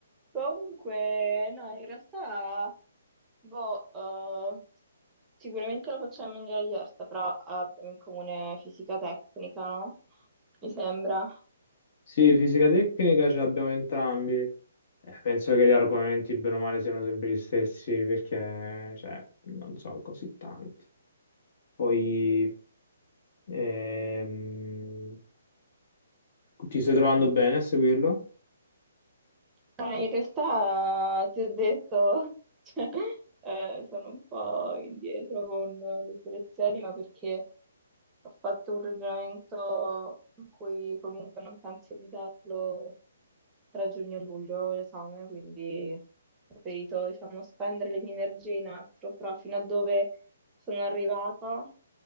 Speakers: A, on the right; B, on the left.
A: Comunque, no, in realtà, boh, eh, sicuramente lo facciamo in maniera diversa, però abbiamo in comune fisica tecnica, no? Mi sembra.
B: Sì, fisica tecnica ce l'abbiamo entrambi. Eh, penso che gli argomenti, bene o male, siano sempre gli stessi perché, cioè, non sono così tanti. Poi ehm, ti stai trovando bene a seguirlo?
A: Ma in realtà ti ho detto, <laughs> cioè, eh, sono un po' indietro con le selezioni, ma perché ho fatto un ragionamento in cui comunque non penso di darlo tra giugno e luglio l'esame, quindi ho preferito, diciamo, spendere le mie energie in altro, però fino a dove sono arrivata